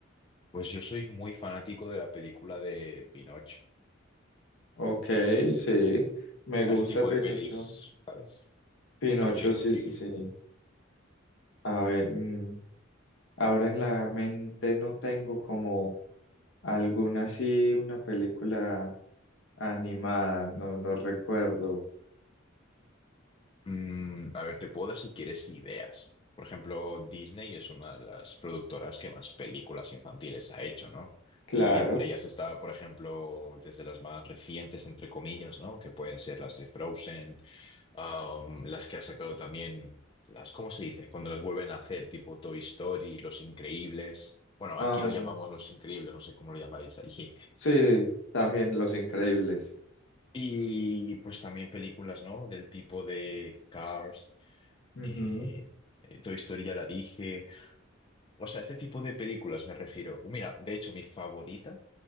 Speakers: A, on the left (about 25°); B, on the left (about 70°).
A: Pues yo soy muy fanático de la película de Pinocho.
B: Ok, sí, me gusta
A: A ese tipo
B: Pinocho.
A: de pelis, ¿sabes?
B: Pinocho,
A: Me refiero,
B: sí,
A: que
B: sí, sí. A ver, mm, Ahora en la mente no tengo como alguna así, una película animada, no, no recuerdo.
A: Mm, a ver, te puedo dar si quieres ideas. Por ejemplo, Disney es una de las productoras que más películas infantiles ha hecho, ¿no?
B: Claro.
A: Y entre ellas está, por ejemplo, desde las más recientes, entre comillas, ¿no? Que pueden ser las de Frozen, um, las que ha sacado también, las, ¿cómo se dice? Cuando las vuelven a hacer, tipo Toy Story, Los Increíbles. Bueno,
B: Ah,
A: aquí lo llamamos Los Increíbles, no sé cómo lo llamaréis allí.
B: sí, también Los Increíbles.
A: Y pues también películas, ¿no? Del tipo de Cars. Eh,
B: Ujú.
A: eh, Toy Story ya la dije. O sea, este tipo de películas me refiero. Mira, de hecho, mi favorita,